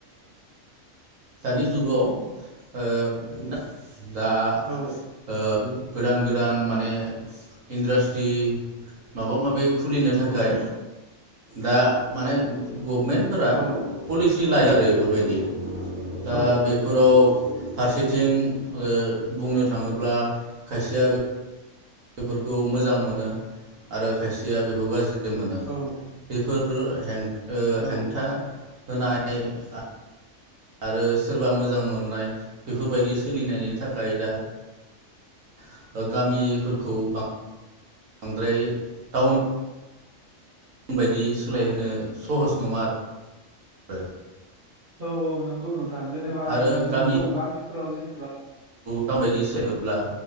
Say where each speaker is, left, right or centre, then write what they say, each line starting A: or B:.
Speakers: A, on the right; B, on the right.
A: दानि जुगाव ओ दा
B: औ
A: ओ गोदान गोदान माने इन्ड्रास्ट्रि माबा माबि खुलिनो थाखाय दा माने गभमेन्टफोरा
B: औ
A: पलिसि लाय <unintelligible> बैफोरबायदि दा
B: औ
A: बेफोराव फारसेथिं ओ बुंनो थाङोब्ला खायसेया बे बेफोरखौ मोजां मोनो आरो खायसेया बेखौ गाज्रि मोनो
B: औ
A: बेफोर ओ हेंथ ओ
B: औ
A: हेंथा
B: औ
A: होनाय <unintelligible> आरो सोरबा मोजां मोननाय बेफोरबायदि सोलिनायनि थाखाय दा ओ गामिफोरखौ बां आद्राय टाउन बायदि सोलायहोनो सहस नङा आरो
B: औ औ नंगौ नोंथां। जेनेबा
A: आरो
B: ओ
A: गामि
B: नोंगौ गामिफोराव जेनेबा
A: माबायदि सोलाब्ला